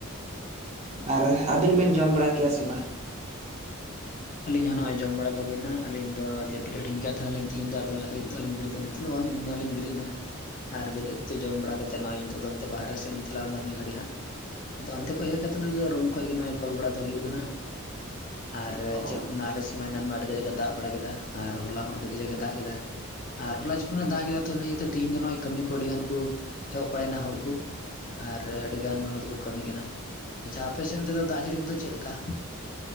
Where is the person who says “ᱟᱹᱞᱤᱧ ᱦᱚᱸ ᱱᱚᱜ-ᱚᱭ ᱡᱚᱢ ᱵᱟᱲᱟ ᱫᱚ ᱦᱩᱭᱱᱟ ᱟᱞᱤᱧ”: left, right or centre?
Left